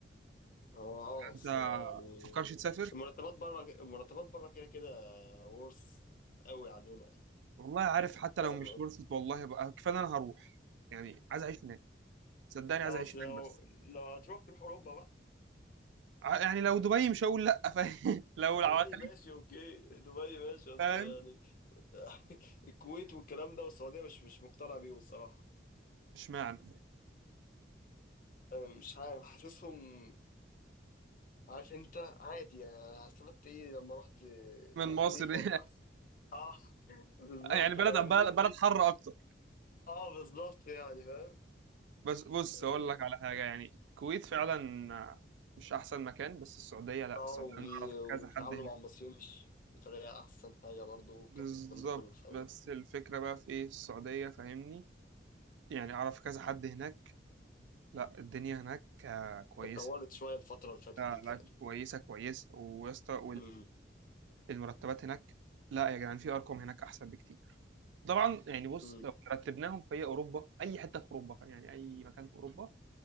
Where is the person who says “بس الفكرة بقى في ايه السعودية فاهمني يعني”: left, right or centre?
Right